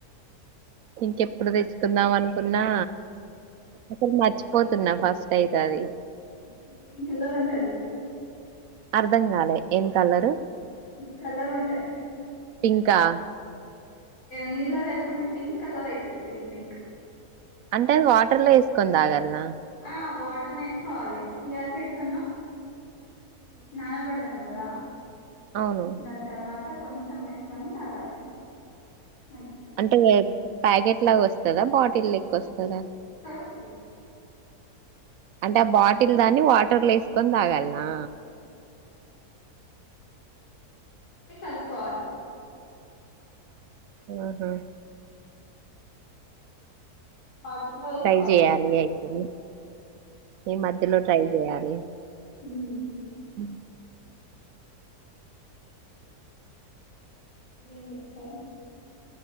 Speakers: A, on the right (about 70°); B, on the left (about 75°).
A: ఇంకెప్పుడు తెచ్చుకుందాం అనుకున్నా ఒక మా పోతున్నా ఫస్ట్ అయితే అది
B: ప పింక్ కలర్ అంట సది
A: అర్ధం కాలే ఏం కలరు
B: కలర్ ఉంటది
A: పింకా
B: నీళ్లలో వేసుకుంటే పింక్ కలర్ అవుతది పింక్ పింక్
A: అంటే అ వాటర్ లో వేసుకొని తాగలనా
B: ఆ వాటర్ న వేసుకోవాలి సియా సీడ్స్ నాల పడుతం కాదా
A: అవును
B: దాన్ తర్వాత కొంచెం వేసుకొని తాగాలి మంచిగ ఉంటాయి
A: అంటే ప్యాకెట్ లాగా వస్తుందా బాటిల్కి కోస్తాద
B: స్టది
A: అంటే ఆ బాటిల్ దాన్ని వాటర్లు వేసుకొని తాగాలనా
B: కలుపు కోవాలి
A: ఆహా
B: వాటర్ లో వేసుకోవాలి
A: ట్రై చేయాలి అయితే ఈ మధ్యలో ట్రై చేయాలి
B: హమ్
A: అ
B: ఎం చేస్తారు